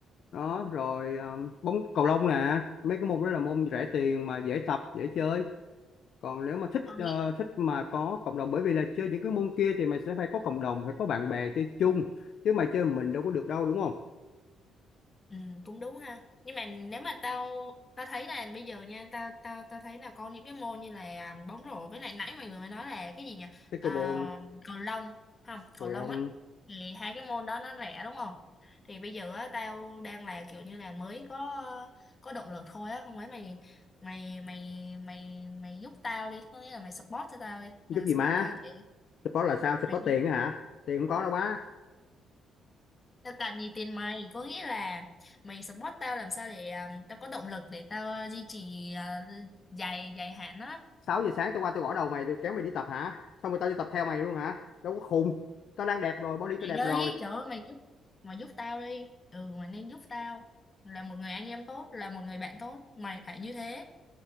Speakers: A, on the left; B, on the left.
A: đó rồi ờ, bóng cầu lông nè mấy cái môn đó là môn rẻ tiền mà dễ tập dễ chơi còn nếu mà thích
B: còn
A: ờ, thích mà có cộng đồng bởi vì là chơi những cái môn kia thì mày sẽ phải có cộng đồng phải có bạn bè chơi chung chứ mày chơi mình đâu có được đâu đúng không
B: Ừ, cũng đúng ha. Nhưng mà nếu mà tao tao thấy là bây giờ nha, tao tao tao thấy là có những cái môn như là bóng rổ với lại nãy mày vừa mới nói là cái gì nhỉ?
A: pickleball
B: À, cầu lông không?
A: cầu
B: Cầu
A: lông
B: lông á. Thì hai cái môn đó nó rẻ đúng không? Thì bây giờ á tao đang là kiểu như là mới có có động lực thôi á, không phải mày mày mày mày mày giúp tao đi, có nghĩa là mày support cho tao đi,
A: giúp
B: mày
A: gì
B: support
A: má
B: tao để
A: Support là sao? sẽ
B: mày
A: có tiền á hả? Tiền không có đâu má.
B: Tao cần gì tiền mày có nghĩa là mày support tao làm sao để à, tao có động lực để tao à, duy trì à, dài dài hạn đó.
A: sáu giờ sáng tao qua tao gõ đầu mày tao kéo mày đi tập hả? Xong rồi tao đi tập theo mày luôn hả? Đâu có khùng. Tao đang đẹp rồi, body tao
B: mày
A: đẹp
B: đi
A: rồi.
B: trời ơi mày giúp mày giúp tao đi ừ mày nên giúp tao là một người anh em tốt là một người bạn tốt mày phải như thế